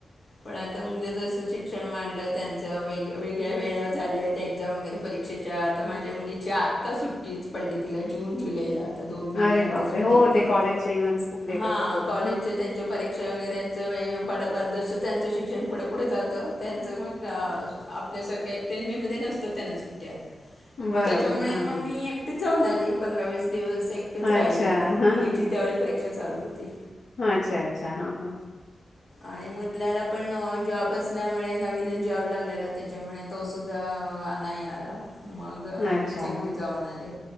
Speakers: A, on the left; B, on the left.
A: पण आता जसं मुल जसा शिक्षण वाढला, त्यांच वेगळ्या वेळ झालं ते एक्झाम वगैरे परीक्षेच्या आता माझ्या मुलीची आता सुट टीच पडली तिला जून, जुलैला. दोन महिने
B: अरे
A: आता
B: बापरे
A: सुट्टी
B: हो
A: आहेे तिला
B: ते कॉलेजच्या एक्झाम्स खूप लेट
A: हा
B: असतात
A: कॉलेजच्या त्यांच्या परीक्षा वगैरेच ड्या जसं त्यांचं शिक्षण पुढे पुढे जातं त्यांचं मग आपल्यासारख्या एप्रिल मे मध्ये नसतं त्यांना सुट्ट्या मग
B: बरोबर
A: त्याच्यामुळे
B: हा
A: मग मी एकटेच जाऊन आली पंधरा वीस दिवस. एकटीच
B: अच्छा
A: राहिली होती मुलीचीी
B: हां, हां.
A: त्या्यावेळी परीक्षा चालू होती
B: अच्छा, अच्छा. हां, हां.
A: आणि मुलाला पण जॉब असल्यामुळे नवीन जॉब लागलेला त्याच्यामुळे तो सुुद्धा नाही आला. मग
B: अच्छा.
A: मीच
B: हं,
A: एकटी जाऊन आले